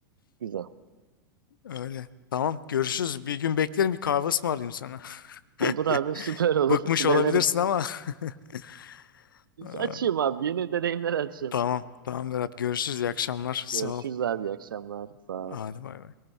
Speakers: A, on the right (about 70°); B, on the left (about 70°).
A: Güzel.
B: Öyle. Tamam görüşürüz. Bir gün beklerim bir kahve ısmarlayayım sana. <laughs>
A: Olur abi <laughs> süper olur.
B: Bıkmış
A: Bir
B: olabilirsin
A: deneriz.
B: ama. <laughs> Ee,
A: Açayım abi. Yeni deneyimler açayım.
B: Tamam. Tamam Berat görüşürüz. İyi akşamlar. Sağ
A: Görüşürüz
B: ol.
A: abi. İyi akşamlar. Sağ
B: Hadi
A: ol.
B: bay bay.